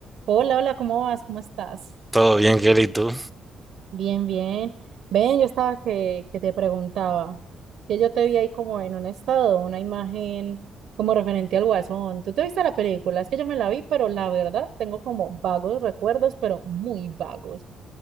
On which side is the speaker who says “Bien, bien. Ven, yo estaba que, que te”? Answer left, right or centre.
Right